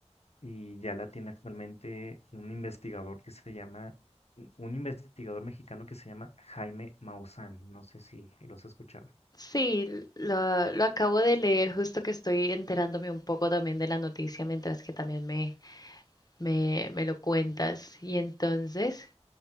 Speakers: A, on the left (about 65°); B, on the left (about 35°).
A: Y ya la tiene actualmente un investigador que se llama, un investigador mexicano que se llama Jaime Maussan. No sé si los has escuchado.
B: Sí, lo, lo acabo de leer, justo que estoy enterándome un poco también de la noticia mientras que también me, me, me lo cuentas. Y entonces,